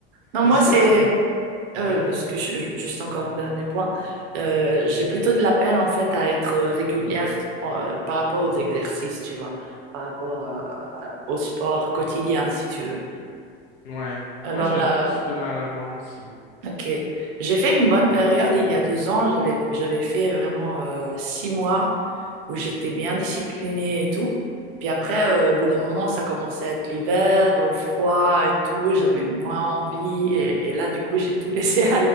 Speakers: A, on the right; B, on the left.
A: Non, moi,
B: Et sinon,
A: c'est.
B: t'as-
A: Euh,
B: oui,
A: est-ce que je- juste encore un dernier point. Euh, j'ai plutôt de la peine en fait à être régulière pour- euh, par rapport aux exercices, tu vois, par rapport euh, à- au sport quotidien, si tu veux.
B: ouais.
A: Alors
B: Moi j'avais
A: là,
B: plus de mal avant aussi.
A: ok. J'ai fait une bonne période il y a deux ans. J'avais j'avais fait vraiment euh, six mois où j'étais bien disciplinée et tout. Puis après, euh, au bout d'un moment, ça commençait à être l'hiver, euh, froid et tout. J'avais moins envie et, et là, du coup, j'ai tout laissé